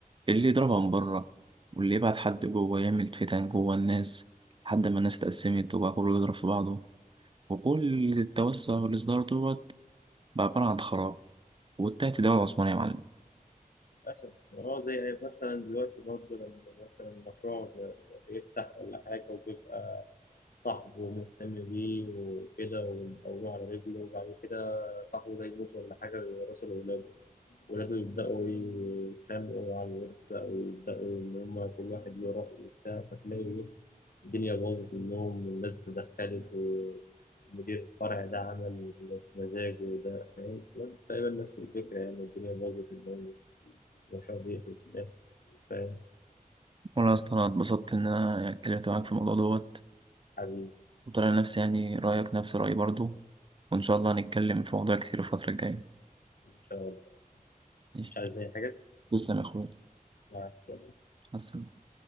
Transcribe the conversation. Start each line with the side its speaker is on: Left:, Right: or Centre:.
Right: اللي يضربها من بره واللي يبعت حد جوه يعمل فتن جوه الناس لحد ما الناس اتقسمت وبقى كله يضرب في بعضه وكل التوسع والإصدار دوت بقى عبارة عن خراب وانتهت الدولة العثمانية يا معلم
Left: للأسف اه زي مثلا دلوقتي برضه لما مثلا مشروع بيفتح ولا حاجة وبيبقى صاحبه مهتم بيه وكده ويقومه على رجله وبعد كده صاحبه ده يموت ولا حاجة ويورثه لأولاده، ولاده يبدأوا يتخانقوا على الورث بقى ويبدأوا إن هما كل واحد له رأي وبتاع فتلاقي الدنيا باظت منهم والناس اتدخلت ومدير الفرع ده عمل اللي في مزاجه وده فاهم تقريبا نفس الفكرة يعني الدنيا باظت منهم وشاء الله في الآخر فاهم
Right: والله يا اسطى انا اتبسطت ان انا اتكلمت معاك في الموضوع دوت
Left: حبيبي
Right: وطلع نفسي يعني رأيك نفس رأيي برضو وإن شاء الله هنتكلم في مواضيع كتير الفترة الجاية
Left: إن شاء الله
Right: ماشي.
Left: مش عايز أي حاجة
Right: تسلم يا أخوي
Left: مع السلامة
Right: مع السلامة.